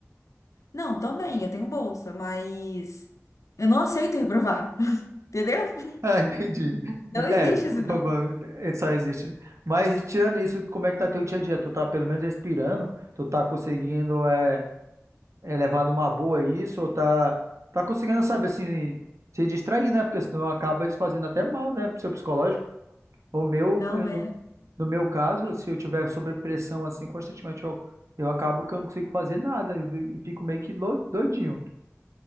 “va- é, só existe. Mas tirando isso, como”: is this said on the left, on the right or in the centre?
Right